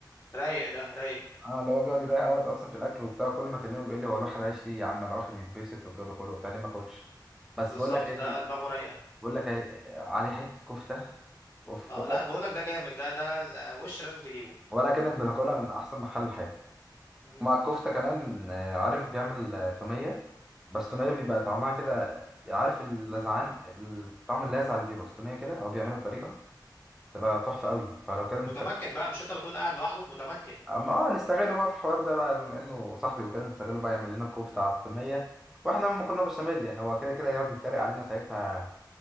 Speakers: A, on the left; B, in the centre.
A: رايق ده رايق
B: اه اللي هو بيقعد يضيع وقت اصلا في الاكل وبتاع كل ما اكلمه بيقول لي هو الواحد عايش ليه يا عم انا الواحد يتبسط والجو ده كله وبتاع ليه ما اكلش بس
A: بالظبط
B: بقول لك ايه
A: ده
B: دي
A: دماغه رايقه
B: بقول لك ايه عليه حته كفته اوف
A: اه
B: ولا
A: لا بقول لك ده جامد ده ده ال- وش لازم تجيبه
B: ولا كانك بتاكلها من احسن محل حياتي
A: مم.
B: ومع الكفته كمان آه، عارف بيعمل آه، توميه بس توميه بيبقى طعمها كده عارف اللذعان الطعم اللاذع اللي بيبقى في التوميه كده هو بيعملها بطريقه تبقى
A: مم.
B: تحفه قوي فلو كده نستغل
A: متمكن بقى مش انت بتقول قاعد لوحده متمكن
B: اما اه نستغله بقى في الحوار ده بقى بما انه صاحبي وكده نستغله بقى يعمل لنا كفتة على التومية واحنا مكرونة بشاميل يعني هو كده كده يقعد يتريق علينا ساعتها